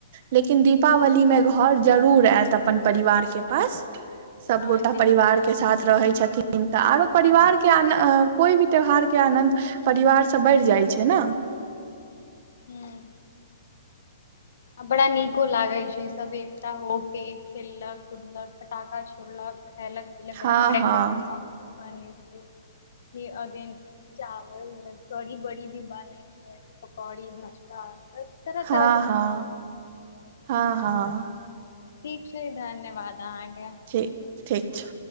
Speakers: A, on the right; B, on the left.
A: लेकिन
B: हूँ
A: दीपावली मे घर जरूर आयत अपन परिवार के पास सबगोटा
B: हँ दील
A: परिवार के साथ रहे छथिन थींन तऽ आरो परिवार के कोई भी त्यौहार के आनन्द परिवारसँ बढ़ि जाइ छै ने
B: ह्म आ बड़ा नीको लागे छै सभ एकता हो के खेललक कूदलक फटाखा छोड़लक खेलक पिलक
A: हँ
B: रंग बीरंग
A: हँ
B: के पकवान बनेंने खीर अ <unintelligible> चावल कड़ी बड़ी भी बनै छै पकौड़ी भजका तरह
A: हँ
B: तरहके
A: हँ
B: पकवान
A: हँ हँ
B: ठीक छैे धन्यवाद
A: ठीक ठीक छै